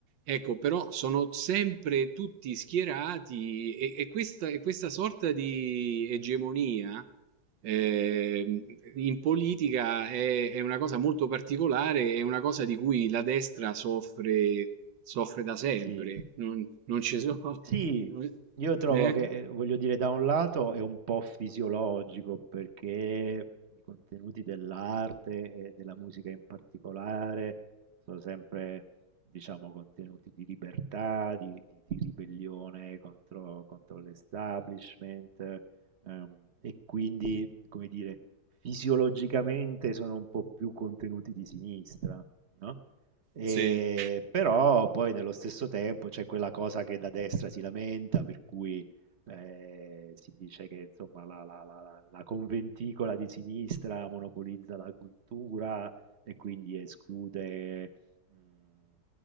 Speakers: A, on the right; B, on the right.
A: Ecco, però sono sempre tutti schierati e, e questa, e questa sorta di egemonia eh, in politica è, è una cosa molto particolare, è una cosa di cui la destra soffre, soffre da sempre.
B: Sì.
A: Non, non ci sono...
B: Sì,
A: <laughs>
B: io trovo
A: Eh?
B: che, eh, voglio dire, da un lato è un po' fisiologico perché i contenuti dell'arte e della musica in particolare sono sempre, diciamo, contenuti di libertà, di, di- di ribellione contro, contro l'establishment, ehm, e quindi, come dire, fisiologicamente sono un po' più contenuti di sinistra, no? E-
A: Sì.
B: però poi nello stesso tempo c'è quella cosa che da destra si lamenta, per cui eh, si dice che insomma, la, la- la- la- la conventicola di sinistra monopolizza la cultura e quindi esclude mh,